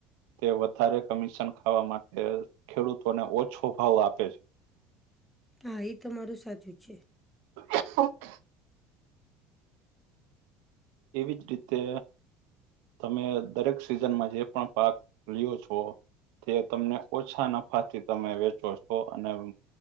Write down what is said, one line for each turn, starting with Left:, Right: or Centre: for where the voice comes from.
Right: તે વધારે કમિશન ખાવા માટે ખેડૂતોને ઓછો ભાવ આપે છે.
Centre: હા, એ તમારું સાચું જ છે.
Right: <unintelligible> એવી જ રીતે તમે દરેક સિઝનમાં જે પણ પાક લ્યો છો? તે તમને ઓછા નફાથી તમે વેચો છો, અને